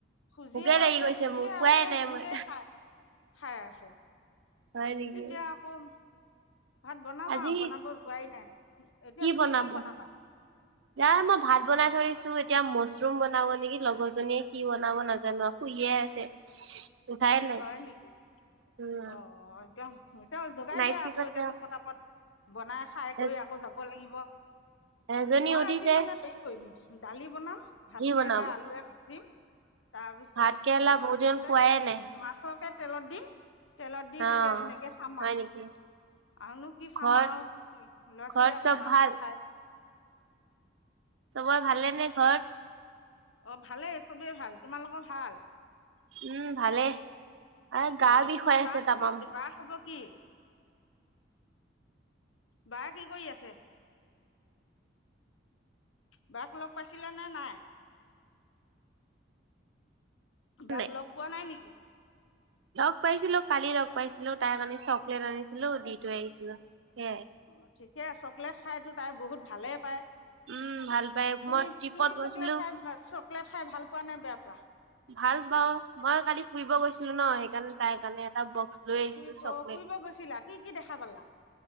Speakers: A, on the left; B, on the right.
A: খুজিয়ে
B: ভোকে লাগি
A: আছে
B: গৈছে
A: খুজিয়ে
B: মোৰ খোৱাই
A: আছে
B: নাই
A: সেনেকেই
B: মই
A: খাই। খাই আছে।
B: হয় নেকি
A: এতিয়া আকৌ ভাত বনাম
B: আজি
A: আৰু বনাব যোৱাই নাই। এতিয়া
B: কি
A: তুমি
B: বনাব
A: বনাবা
B: না মই ভাত বনাই থৈ আহিছোঁ এতিয়া মছৰুম বনাব নেকি লগৰ জনীয়ে কি বনাব নাজানো শুইয়ে আছে। উঠাই
A: অ
B: নাই
A: হয় নেকি
B: উম
A: অ এতিয়া এতিয়া যোগাই
B: নাইট
A: দিয়া
B: চিফ
A: আকৌ
B: আছে
A: এতিয়াাতো
B: আৰু।
A: ফটাফত বনাই খাই কৰি
B: এ
A: আকৌ যাব লাগিব।
B: এজনী
A: মই
B: উঠিছে
A: আজি মানে হেৰি কৰিম দালি বনাম ভাত
B: সি বনাব
A: কেৰেলা আলু ভাজিম। তাৰ পিছত
B: ভাত কেৰেলা
A: মাছ
B: বহুত দিন
A: আছে।
B: খোৱাই নাই
A: মাছকে তেলত দিম। তেলত দি
B: অ
A: তেতিয়া সেনেকে খাম
B: হয়
A: আৰু
B: নেকি
A: আৰুনো কি
B: ঘৰত
A: খাম আৰু ল'ৰা
B: ঘৰত
A: ছোৱালীয়ে আকৌ
B: চব
A: মাছ
B: ভাল?
A: নাখায়।
B: চবাৰে ভালে নে ঘৰত?
A: অ ভালেই চবেই ভাল, তোমালোকৰ ভাল?
B: উম ভালেই আৰু গা
A: অ
B: বিষয়
A: তোমাৰ বা
B: আছে
A: খবৰ
B: তামাম।
A: বা খবৰ কি বা কি কৰি আছে? বাক লগ পাইছিলা নে নাই? বাক
B: নাই।
A: লগ পোৱা নাই নেকি?
B: লগ পাইছিলো কালি লগ পাইছিলো তাৰ কাৰণে চকলেট আনিছিলো দি থৈ আহিছিলো। সেয়াই
A: অ ঠিকে চকলেট খাইটো। তাই বহুত ভালে পায়।
B: উম ভাল পাই
A: তুমি
B: মই ট্ৰিপত
A: তুমি
B: গৈছিলো।
A: চকলেত খাই <unintelligible> লেট খাই ভাল পোৱা নে বেয়া পোৱা?
B: ভাল পাওঁ মই কালি ফুৰিব গৈছিলো ন সেইকাৰণে তাই কাৰণে এটা বক্স লৈ আহিছিলো
A: ফুৰি
B: চকলেট
A: অ ফুৰিব গৈছিলা কি কি দেখা পালা